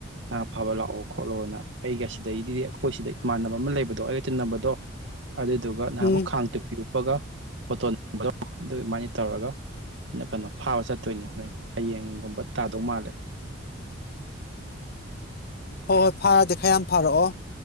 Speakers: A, on the right; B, on the left.
A: ꯉꯥ ꯐꯥꯕ ꯂꯥꯛꯑꯣ ꯈꯣꯠꯂꯣꯅ ꯑꯩꯒꯥ ꯁꯤꯗꯩꯗꯤ ꯑꯩꯈꯣꯏ ꯁꯤꯗꯩ ꯏꯃꯥꯟꯅꯕ ꯑꯃ ꯂꯩꯕꯗꯣ ꯑꯩꯒ ꯇꯤꯟꯅꯕꯗꯣ ꯑꯗꯨꯗꯨ ꯒ ꯅꯍꯥꯟꯃꯨꯛ
B: ꯎꯝ
A: ꯈꯥꯡ ꯇꯨꯄꯤ ꯎꯞꯄꯒ ꯐꯣꯇꯣ ꯅꯝꯕꯗꯣ ꯑꯗꯨ ꯢꯕꯥꯅꯤ ꯇꯧꯔꯒ ꯅꫭꯛꯀꯥꯅꯨ ꯐꯥꯕ ꯆꯠꯇꯣꯏꯅꯦ ꯍꯣꯔꯦꯟ ꯍꯌꯦꯡꯒꯨꯝꯕ ꯇꯥꯗꯧ ꯃꯥꯜꯂꯦ
B: ꯍꯣꯏ ꯍꯣꯏ ꯐꯔꯥꯗꯤ ꯈꯔ ꯌꯥꯝ ꯐꯥꯔꯛꯑꯣ